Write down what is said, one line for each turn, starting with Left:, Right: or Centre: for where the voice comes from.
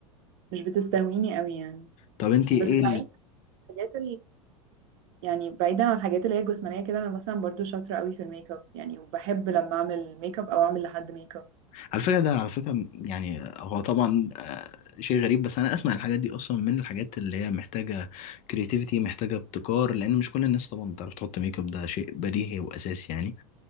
Right: مش بتستهويني قوي يعني
Left: طب أنتي
Right: بس
Left: إيه
Right: بعيد عن الحاجات يعني بعيدا عن الحاجات اللي هي الجسمانية كده أنا مثلا برضو شاطرة قوي في الميك اب يعني وبحب لما أعمل ميك اب أو أعمل لحد ميك اب
Left: على فكرة ده على فكرة يعني هو طبعا آه، شيء غريب بس أنا أسمع الحاجات دي أصلا من الحاجات اللي هي محتاجة كرياتيفيتي محتاجة ابتكار لأن مش كل الناس طبعا بتعرف تحط ميك اب ده شيء بديهي وأساسي يعني